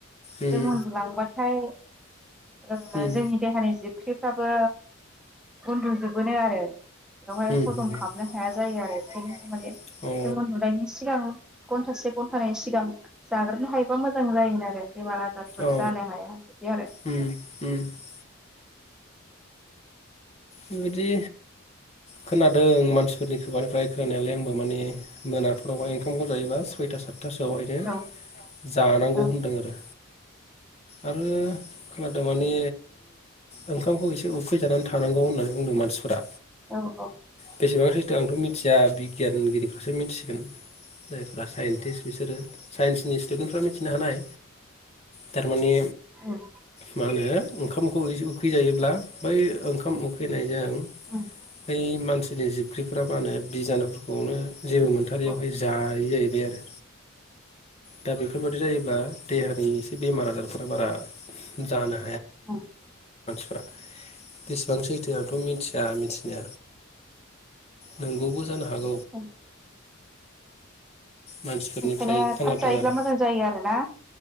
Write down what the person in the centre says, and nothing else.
जों उनदुलांबाथाय ओ
जोंनि देहानि जि ओंख्रिफ्राबो उन्दुजबोनो आरो बेवहाय
हजम
खालामनो
हाया जायो आरो बेखायनो
माने जों
उन्दुनायनि सिगां घन्टासो घन्थानैनि सिगां जाग्रोनो हायोबा मोजां जायोमोन आरो बेमार आजारफोर
जानो हाया बिदि आरो
औ
औ
औ औ
औ
उम
औ
ओं
औ <unintelligible>
बेखायनो
थाब जायोब्ला
मोजां जायो आरो ना